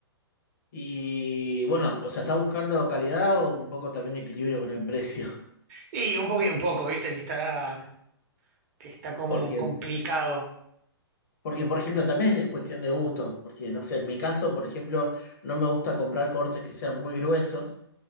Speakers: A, on the left; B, on the right.
A: y bueno, o sea, ¿estás buscando calidad o un poco también equilibrio con el precio?
B: Y un poco y un poco, viste que está, que está como
A: Porque,
B: complicado.
A: porque, por ejemplo, también es cuestión de gusto, porque, no sé, en mi caso, por ejemplo, no me gusta comprar cortes que sean muy gruesos,